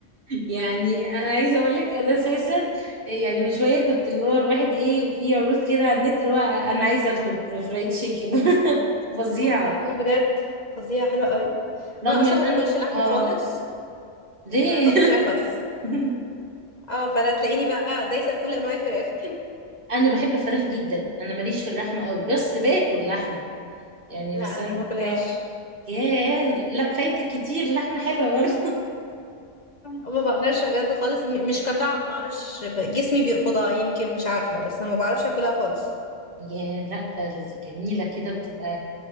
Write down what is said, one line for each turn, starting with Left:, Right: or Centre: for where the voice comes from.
Right: يعني انا عايزه اقول لك انا اساسا يعني من شويه كنت اللي هو الواحد ايه في عروض كده على النت اللي هو انا عايزه اطلب فرايد تشيكن <laughs> فظيعه
Left: اه لا بجد فظيعة حلوة قوي
Right: رغم
Left: وانا اصلا
Right: ان
Left: ما
Right: انا
Left: باكلش لحمه
Right: اه
Left: خالص
Right: ليه
Left: فباكل فراخ بس
Right: <laughs>
Left: اه فانا تلاقيني بقى دايسه في كل انواع الفراخ
Right: انا بحب الفراخ جدا انا ماليش في اللحمه قوي بس باكل لحمه يعني
Left: لا
Right: بس
Left: انا
Right: انا
Left: ما باكلهاش
Right: اه ياه لا فايتك كتير لحمه حلوه برضه
Left: ما بقدرش بجد خالص م- مش كطعم ما اعرفش ب- جسمي بيرفضها يمكن مش عارفه بس انا ما بعرفش اكلها خالص
Right: <laughs> ياه لا ده الجميله كده بتبقى